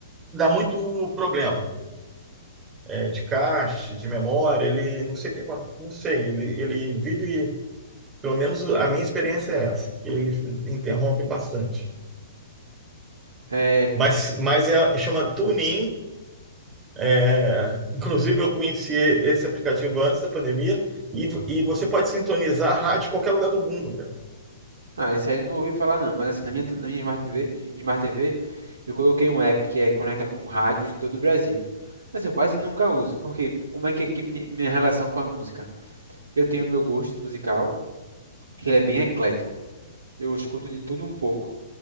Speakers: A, on the right; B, on the right.
A: dá muito problema é, de cache, de memória. Ele não sei o que acon- não sei. Ele ele vive, pelo menos a minha experiência é essa. que Ele interrompe bastante.
B: É...
A: Mas mas é chama TuneIn. É, inclusive, eu conheci esse aplicativo antes da pandemia e, vo- e você pode sintonizar a rádio em qualquer lugar do mundo, cara.
B: Ah, isso aí eu não ouvi falar não, mas assim, na minha, na minha Smart TV, Smart TV, eu coloquei um app que é conecta com rádios de todo o Brasil. Mas eu quase nunca uso, porque como é que é que mi- minha relação com a música? Eu tenho o meu gosto musical, que ele é bem eclético. Eu escuto de tudo um pouco.